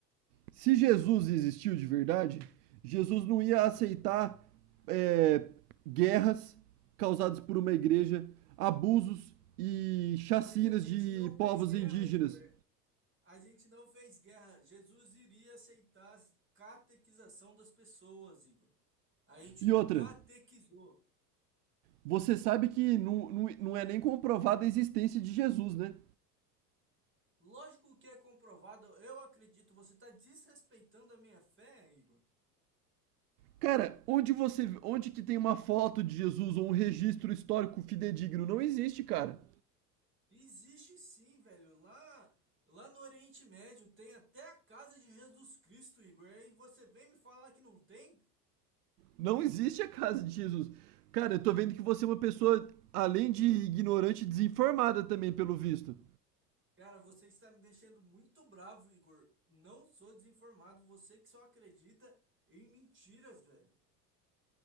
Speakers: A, on the right; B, on the right.
A: Se Jesus existiu de verdade, Jesus não ia
B: Hum.
A: aceitar é, guerras causadas por uma igreja, abusos e chacinas
B: Mas a gente
A: de
B: não
A: povos
B: fez guerra,
A: indígenas.
B: Igor. A gente não fez guerra. Jesus iria aceitar a catequização das pessoas, Igor. A gente
A: E outra,
B: catequizou.
A: você sabe que não, não, não é nem comprovada a existência de Jesus, né?
B: Lógico que é comprovado, eu acredito, você está desrespeitando a minha fé, Igor.
A: Cara, onde você, onde que tem uma foto de Jesus ou um registro histórico fidedigno? Não existe, cara.
B: Existe sim, velho. Lá, lá no Oriente Médio tem até a casa de Jesus Cristo, Igor. E você vem me falar que não tem?
A: Não existe a casa de Jesus. Cara, eu tô vendo que você é uma pessoa, além de ignorante, desinformada também, pelo visto.
B: Cara, você está me deixando muito bravo, Igor. Não sou desinformado, você que só acredita em mentiras, velho.